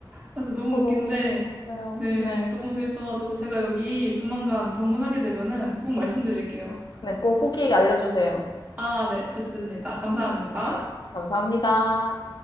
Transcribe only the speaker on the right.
그래서 너무
웃긴데,
네,
너무 재밌어가지고 제가 여기 조만간 방문하게 되면은 꼭 말씀드릴게요.
아, 네, 좋습니다. 감사합니다.